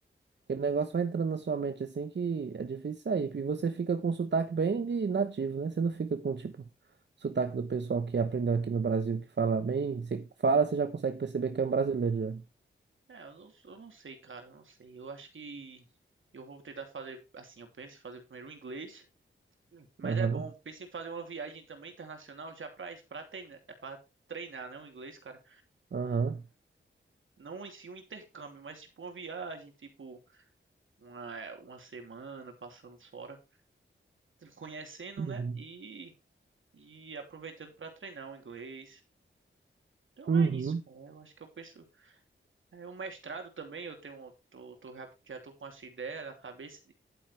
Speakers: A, on the right (about 60°); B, on the right (about 75°).
A: Aquele negócio vai entrando na sua mente assim que é difícil sair. E você fica com sotaque bem de nativo, né? Você não fica com, tipo, sotaque do pessoal que aprendeu aqui no Brasil, que fala bem. Você fala, você já consegue perceber que é um brasileiro já.
B: É, eu não, eu não sei, cara, eu não sei. Eu acho que eu vou tentar fazer assim, eu penso em fazer primeiro o inglês, Hum. mas
A: Aham,
B: é bom, penso em fazer uma viagem também internacional já pra isso, pra treinar, é para treinar, né, o inglês, cara.
A: aham.
B: Não em si um intercâmbio, mas tipo uma viagem, tipo uma, uma semana passando fora, conhecendo,
A: Uhum,
B: né, e e aproveitando pra treinar o inglês. Então
A: uhum,
B: é isso, cara. Eu acho que eu penso. É, o mestrado também, eu tenho, tô, tô, já, já tô com essa ideia na cabeça